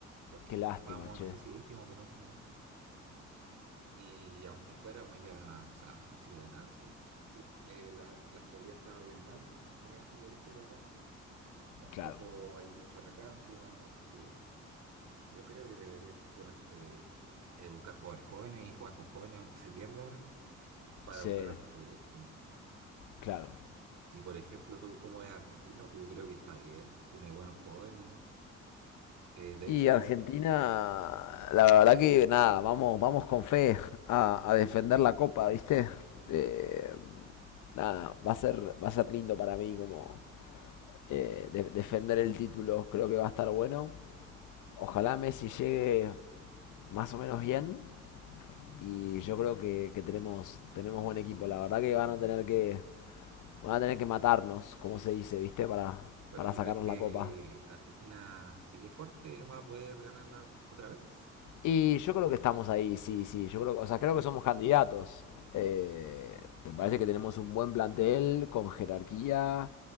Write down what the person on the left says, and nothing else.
Qué lástima,
che.
Claro.
Sí,
claro.
Y Argentina, la verdad que nada, vamos, vamos con fe a, a defender la copa, ¿viste? Eh, nada, va a ser, va a ser lindo para mí como eh, de- defender el título, creo que va a estar bueno. Ojalá Messi llegue más o menos bien y yo creo que, que tenemos, tenemos buen equipo. La verdad que van a tener que, van a tener que matarnos, como se dice, ¿viste? Para,
para
sacarnos
la copa.
Y yo creo que estamos ahí, sí, sí. Yo creo, o sea, creo que somos candidatos. Eh, me
parece que tenemos un buen plantel con jerarquía,